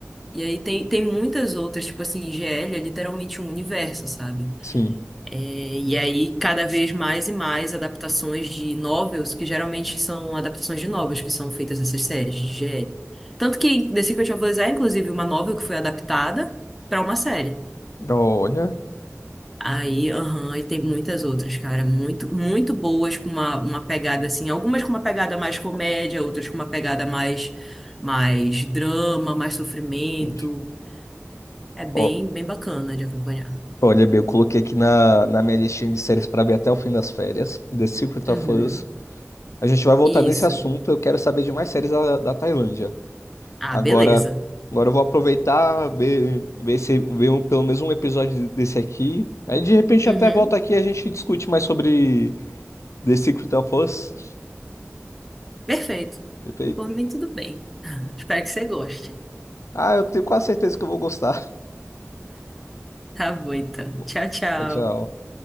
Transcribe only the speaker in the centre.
E aí tem, tem muitas outras, tipo assim, GL é literalmente um universo, sabe?
É, e aí, cada vez mais e mais adaptações de novels, que geralmente são adaptações de novels que são feitas essas séries de GL. Tanto que The Secret of Us é, inclusive, uma novel que foi adaptada para uma série.
Aí, aham, aí tem muitas outras, cara, muito, muito boas, com uma, uma pegada assim, algumas com uma pegada mais comédia, outras com uma pegada mais, mais drama, mais sofrimento.
É bem,
bem bacana de acompanhar.
Uhum.
Isso.
Ah,
beleza.
Uhum.
Perfeito.
Por mim, tudo bem. <laughs> Espero que você goste.
Tá bom, então.
Tchau, tchau.